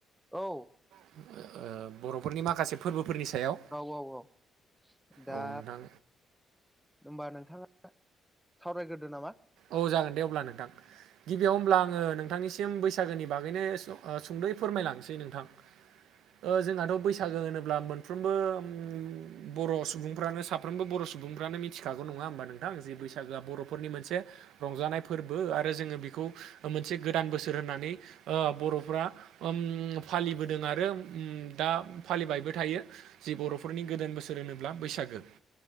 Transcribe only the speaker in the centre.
औ
औ औ औ। दा
होमबा नोंथांआ सावरायग्रोदो नामा